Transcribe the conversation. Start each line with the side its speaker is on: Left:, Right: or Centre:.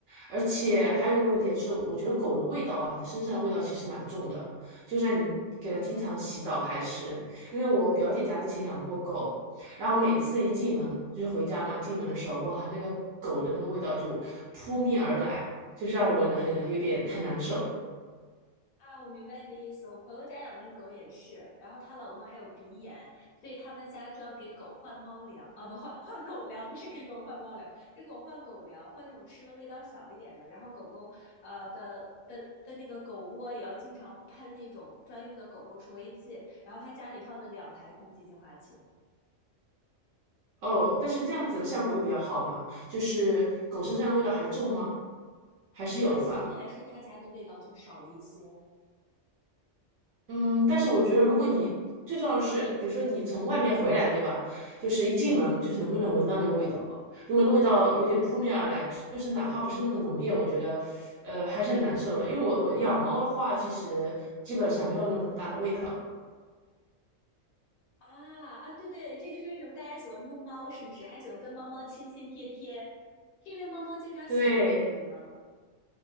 Right: 而且还有个问题啊就是，我觉得狗的味道啊，它身上的味道其实蛮重的，就算你给它经常洗澡，还是因为我表姐家之前养过狗。然后我每次一进门，就是回家嘛，进门的时候，哇，那个狗的那个味道就扑面而来，就是让我闻的很很有点很难受
Left: 啊，我明白你的意思。我朋友家养那狗也是，然后她老公还有鼻炎，所以他们家就要给狗换猫粮啊，不换换狗粮，不是给狗换猫粮，给狗换狗粮，换一种吃了味道小一点的。然后狗狗呃的的的那个狗窝也要经常喷那种专用的狗狗除味剂。然后他家里放了两台空气净化器，
Right: 哦。但是这样子的效果又比较好嘛，就是狗身上的味道还重吗？还是有的吧。
Left: 呃，相对来说他家的味道就少了一些。
Right: 嗯，但是我觉得，如果你最重要的是，比如说你从外面回来，对吧？就是一进门，就是能不能闻到那个味道。如果那味道有点扑面而来，就是哪怕不是那么浓烈，我觉得，呃，还是很难受了。因为我我养猫的话，其实基本上没有那么大的味道。
Left: 啊啊，对对，这就是为什么大家喜欢撸猫，是不是？还喜欢跟猫猫亲亲贴贴，是因为猫猫经常洗自己，
Right: 对，
Left: 对吗？